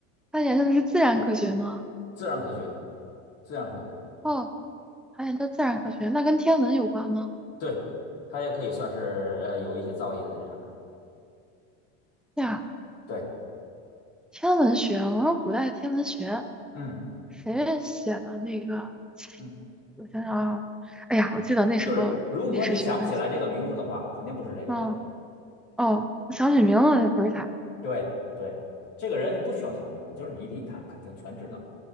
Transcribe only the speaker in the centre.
他研究的是自然科学吗？
哦，还研究自然科学，那跟天文有关吗？
对呀，
天文学，我说古代天文学。
谁写的那个？
我想想啊，哎呀，
我记得那时候历史学的写，
嗯，哦，我想起名字了，不是他，